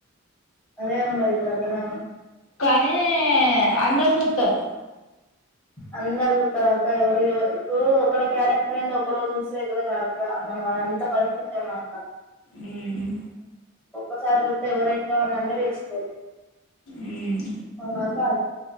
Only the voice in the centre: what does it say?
అదే ఉన్నాది ఇప్పుడు అక్కడనే ఉం
అందరు చూత్తరక్క ఎవరికి ఎవరు ఇప్పుడు ఒకల్లా క్యారెక్టర్ ఎందో ఒకరోజు చూస్తే తెలవదా అక్క మనం అంతా పరిక్షించామ అక్క.
ఒక్కసారి కొడితే ఎవరెంటో అని అన్నీ తెలిసిపోతాయ్
ఆనాకా